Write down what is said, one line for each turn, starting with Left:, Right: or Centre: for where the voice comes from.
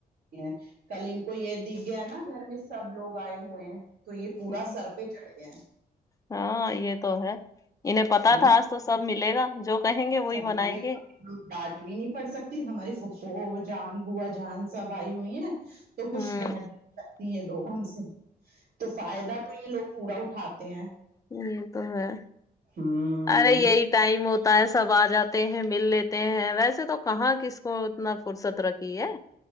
Right: ہیں کل ان کو یہ دکھ گیا نا گھر میں سب لوگ آئے ہوئے ہیں تو یہ پورا
Left: ہوں،
Right: سر پہ چڑھ گیا ہیں
Left: ہاں یہ تو ہے انہیں پتا
Right: ہے
Left: تھا
Right: نا
Left: آج تو سب ملے گا جو کہیں گے وہی
Right: سب
Left: بنائیں
Right: ملے
Left: گے
Right: گا ڈانٹ بھی نہیں پڑ سکتی ہماری فوج جان با جان سب آئی ہوئیں نا تو
Left: ہوں
Right: کچھ کہ بھی ستی ہیں لوگ ہم سے تو فائدہ تو یہ لوگ پورا اٹھاتے ہیں
Left: ہ تو ہے
Right: ہوں
Left: ارے یہی ٹائم ہو تو ہوتا ہے سب آ جاتے ہیں مل لیتے ہیں ویسے تو کہاں کس کو اتنا فرصت رکھی ہے